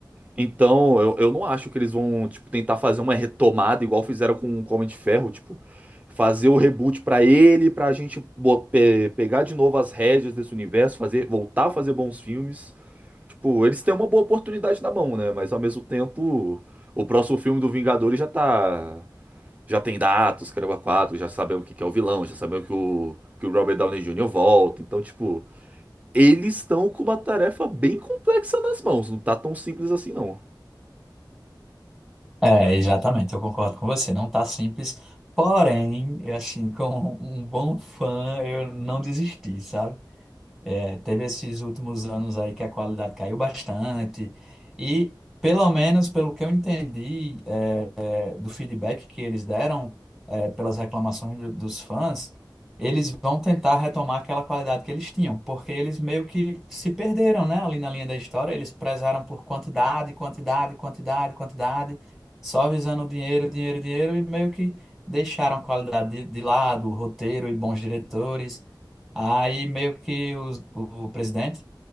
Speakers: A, on the right (about 20°); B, in the centre.
A: Então, eu, eu não acho que eles vão, tipo, tentar fazer uma retomada igual fizeram com o Homem de Ferro, tipo, fazer o reboot pra ele, pra gente bo- pe- pegar de novo as rédeas desse universo, fazer, voltar a fazer bons filmes. Tipo, eles têm uma boa oportunidade na mão, né? Mas ao mesmo tempo, o próximo filme do Vingadores já tá, já tem datas, caramba, quatro, já sabemos que que é o vilão, já sabemos que o que o Robert Downey Jr. volta. Então, tipo, eles estão com uma tarefa bem complexa nas mãos, não tá tão simples assim, não.
B: É, exatamente, eu concordo com você. Não tá simples, porém, assim, <laughs> como um bom fã, eu não desisti, sabe? É, teve esses últimos anos aí que a qualidade caiu bastante. E, pelo menos, pelo que eu entendi, é, do feedback que eles deram, é, pelas reclamações do- dos fãs, eles vão tentar retomar aquela qualidade que eles tinham, porque eles meio que se perderam, né, ali na linha da história, eles prezaram por quantidade, quantidade, quantidade, quantidade, só visando dinheiro, dinheiro, dinheiro, e meio que deixaram a qualidade de, de lado, o roteiro e bons diretores. Aí meio que os- o, o presidente